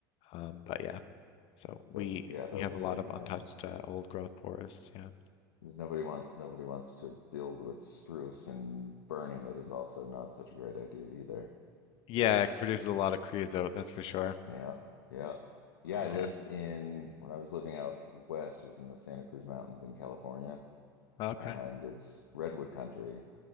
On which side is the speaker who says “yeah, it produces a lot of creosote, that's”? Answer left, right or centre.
Left